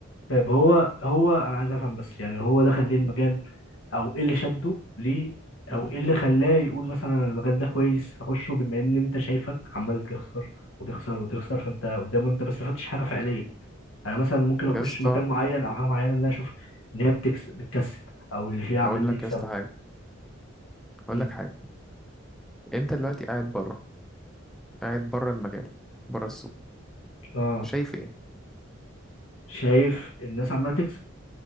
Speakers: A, on the left; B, in the centre.
A: طيب هو هو انا عايز افهم بس يعني هو دخل ليه المجال او ايه اللي شده ليه او
B: مم.
A: ايه اللي خلاه يقول مثلا أنا المجال ده كويس هخشه بما ان انت شايفك عمال تخسر وتخسر وتخسر فانت قدامه انت ما استفدتش حاجه فعليه انا مثلا ممكن
B: يا
A: اخش
B: اسطى
A: مجال معين او حاجه معينه ان انا اشوف ان هي بتكسب بتكسب او اللي فيها عمالين
B: اقول لك
A: يكسبوا
B: يا اسطى حاجة اقول
A: م.
B: لك حاجة انت دلوقتي قاعد بره قاعد بره المجال بره السوق
A: اه
B: شايف ايه
A: شايف الناس عماله تكسب